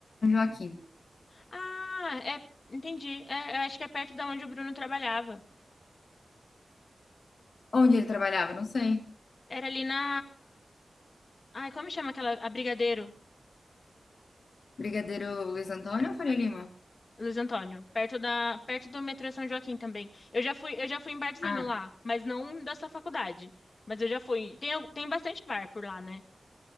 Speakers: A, on the left; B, on the left.
A: Joaquim.
B: Ah, é, entendi. É, eu acho que é perto da onde o Bruno trabalhava.
A: Onde ele trabalhava? Não sei.
B: Era ali na. Ai, como chama aquela. A Brigadeiro,
A: Brigadeiro Luiz Antônio ou Faria Lima?
B: Luiz Antônio. Perto da... perto do metrô São Joaquim também. Eu já fui, eu já fui em barzinho
A: Ah,
B: lá, mas não da sua faculdade. Mas eu já fui. Tem, al- tem bastante bar por lá, né?